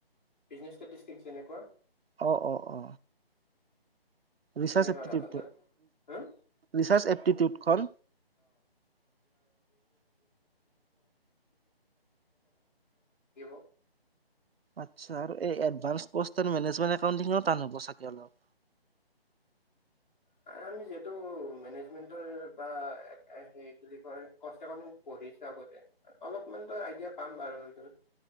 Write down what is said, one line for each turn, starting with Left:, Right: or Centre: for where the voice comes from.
Left: বিজিনেছষ্টাডী তেনেকুৱা
Right: অ অ অ ৰিচাৰ্চ
Left: তেনেকুৱা
Right: এপটিটিউডটো
Left: জাবানদত হম
Right: ৰিচাৰ্চ এপটিটিউডখন
Left: <unintelligible> <inaudible>
Right: আচ্ছা আৰু এই এডভাঞ্চ কষ্ট মেনেজমেণ্ট একাউটিঙ টান হ'ব চাগে অলপ
Left: আমি যিহেতু মেনেজমেন্টৰ বা হে কি বুলি কয় কষ্ট পঢ়িছ আগতে অলপমানতো আইডিয়া পাম বাৰু এইটোত